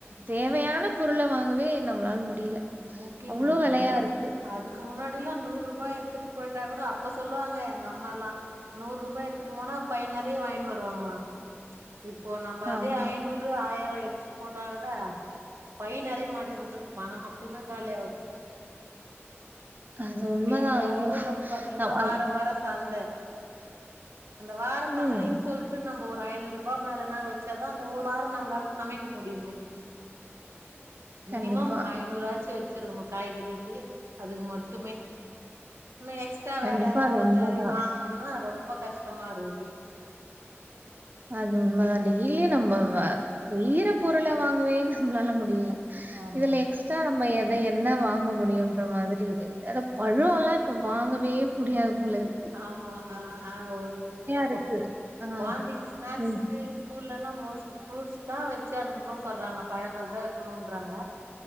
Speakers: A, on the right; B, on the right.
A: தேவையான பொருள வாங்கவே நம் நம்ளால முடியல
B: முக்கியமா
A: அவ்ளோ
B: முக்கியமா
A: வெலையா இருக்கு.
B: அதுக் க்கு முன்னாடி எல்லா நூறு ரூபா எடுத்துட்டு போயிட்டா கூட அப்ப சொல்லுவாங்க எங்க அம்மால்லா நூறு ரூபா எடுத்துன் போனா பை நெறைய வாங்கினு வருவாங்களா இப்போ நம்ப அதே
A: ஆமா.
B: ஐநூ ரு ஆயிரோ எடுத்துட்டு போட்டா கூட பை நெறைய மாட்டேங்குது பணம் மட்டு டுந்தா காலியாவுது
A: அது
B: இப்ப
A: உண்மதான்.
B: எங்க
A: ஐயோ!
B: ஊர்ல பாத்தீங்கன்னா
A: நம் அத
B: வார வார சந்த அந்த வார சந்தைன்
A: ம்.
B: சொல்ட்டு நம் ஒரு ஐநூறு ரூபா மேலன்னா வச்சாதா அந்த ஒரு வாரம் நம்மளால சமைக்க முடியுமே மினிமம்
A: கண்டிப்பா.
B: ஐநூறா காச்சி வெச்சிருக்கணு காய்கறிக்கு அதுக்கு மட்டுமே நம்ம எக்ஸ் ட்டா
A: கண்டிப்பா
B: வேற எதாவது
A: அது உண்மதான்.
B: வாங்கணுன்னா ரொம்ப கஷ்டமா இருகுது
A: அது உண்மைதா டெய்லியு நம்ம <unintelligible> பொருள வாங்கவே நம்மளால முடில
B: ஆமா
A: இதுல எக்ஸ் ட்ரா நம்ம எதை என்ன வாங்க முடியுன்ற மாரி இருக்குது அத பழோலா இப்ப வாங்கவே முடியாது போல இருக்
B: ஆமா அ அ
A: இருக்கு.
B: கொ
A: ஆ
B: கொழந்தைக்கு ஸ்நாக்ஸுக்கு
A: ம்.
B: ஸ்கூல்லல்லா மோஸ்ட்டா ஃப்ரூட்ஸ் தா வெச்சு அனுப்புனு சொல்றாங்க பழங்கள் தா வெக்கணுன்றாங்க